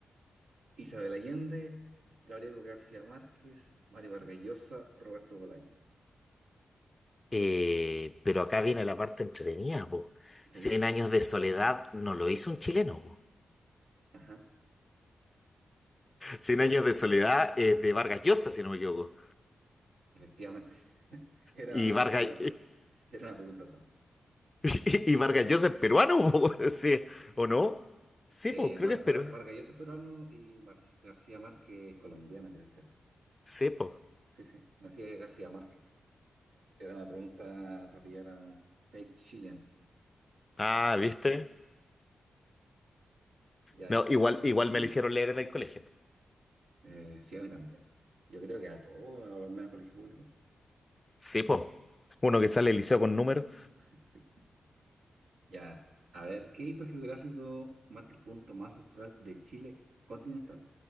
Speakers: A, on the right; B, on the left.
A: Isabel Allende, Gabriel García Márquez, Mario Vargas Llosa, Roberto Bolaño.
B: Eh, pero acá viene la parte entretenida, po.
A: Sí,
B: Cien años de soledad no lo hizo un chileno, po.
A: ajá.
B: Cien años de soledad es de Vargas Llosa, si no me equivoco.
A: Efectivamente, <laughs> era
B: Y Vargas,
A: una, pro- era una pregunta trampa.
B: <laughs> y Vargas Llosa es peruano, po. <laughs> Sí, ¿o no? Sí,
A: Eh,
B: po, creo
A: Mar-
B: que es peruano.
A: Var- Vargas Llosa es peruano y Mar- García Márquez es colombiano, creo, ¿cierto?
B: Sí, po.
A: Sí, sí, nací de García Márquez. Era una pregunta para pillar a un fake chilean.
B: Ah, ¿viste?
A: Ya
B: No,
A: era.
B: igual, igual
A: Sí,
B: me lo hicieron leer en el colegio.
A: eh, sí, a mí también. Yo creo que a todos, al menos colegio público.
B: Sí, po. Uno que sale del liceo con números.
A: <laughs> Sí, ya. A ver, ¿qué hito geográfico marca el punto más austral de Chile continental?